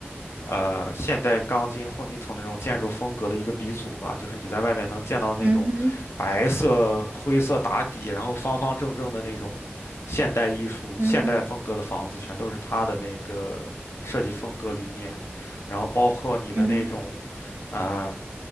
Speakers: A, on the left; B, on the right.
A: 呃现代钢筋混凝土那种建筑风格的一个鼻祖吧，就是你在外面能见到那种白色灰色打底，
B: 嗯哼
A: 然后方方正正的那种现代艺术、
B: 嗯哼
A: 现代风格的房子，全都是它的那个设计风格理念，然后包括你的那种，
B: 嗯哼
A: 啊、